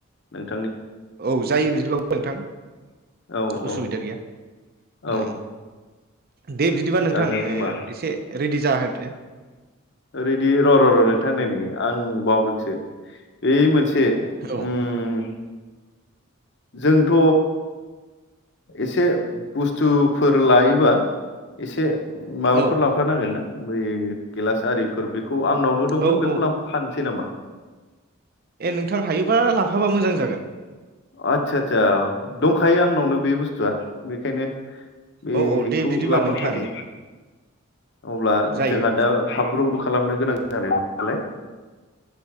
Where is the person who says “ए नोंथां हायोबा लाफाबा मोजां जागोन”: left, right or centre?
Right